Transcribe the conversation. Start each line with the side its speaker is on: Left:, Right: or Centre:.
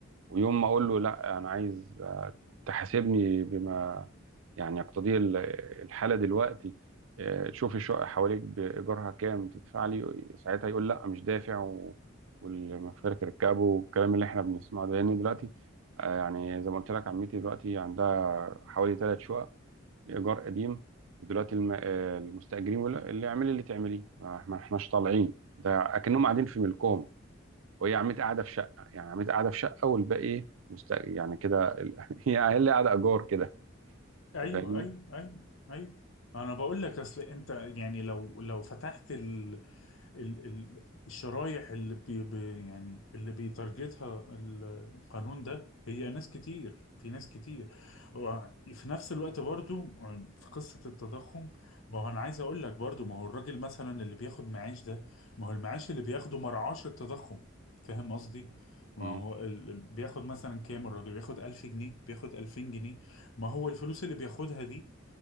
Right: ويوم ما اقول له لا انا عايز آه، تحاسبني بما يعني يقتضيه ال- الحاله دلوقتي آه، تشوف الشقه حواليك بايجارها كام تدفع لي ساعتها يقول لا مش دافع و- والمفارق ركبه والكلام اللي احنا بنسمعه ده لان دلوقتي آه، يعني زي ما قلت لك عمتي دلوقتي عندها حوالي ثلاث شقق ايجار قديم ودلوقتي الم- آه، المستاجرين بيقول لها، اللي اعملي اللي تعمليه ما ما احناش طالعين ده اكنهم قاعدين في ملكهم وهي عمتي قاعده في شقه يعني عمتي قاعده في شقه والباقي مست يعني كده ال- <laughs> هي هي اللي قاعده ايجار كده
Left: ايوه
Right: انت فاهمني
Left: ايوه ايوه ايوه انا بقول لك اصل انت يعني لو لو فتحت ال... ال- ال- الشرايح اللي بي بي- يعني اللي بيتارجتها القانون ده هي ناس كتير في ناس كتير وفي نفس الوقت برضو في قصة التضخم ما هو انا عايز اقول لك برضو ما هو الراجل مثلا اللي بياخد معاش ده ما هو المعاش اللي بياخده مرعاش التضخم فاهم قصدي ما
Right: مم.
Left: هو ال... ال- بياخد مثلا كام الراجل بياخد 1000 جنيه بياخد 2000 جنيه ما هو الفلوس اللي بياخدها دي